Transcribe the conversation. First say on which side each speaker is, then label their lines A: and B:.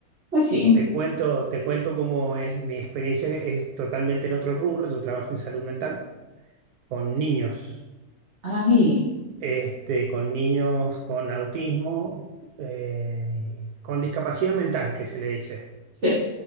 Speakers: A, on the right (about 50°); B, on the right (about 85°).
A: pues sí.
B: Te cuento, te cuento cómo es mi experiencia, es totalmente en otro rubro. Yo trabajo en salud mental con niños,
A: Ay,
B: este, con niños con autismo, eh, con discapacidad mental, que se le dice.
A: sí,